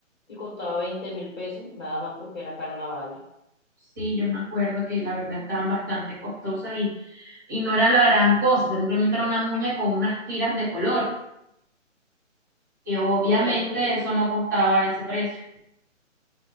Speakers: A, on the left; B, on the right.
A: y costaba veinte mil pesos, nada más porque era carnaval.
B: sí, yo me acuerdo que la verdad estaban bastante costosas y, y no era la gran cosa, o sea, simplemente era una muña con unas tiras de colores, que obviamente
A: Por eso te digo,
B: eso no costaba ese precio.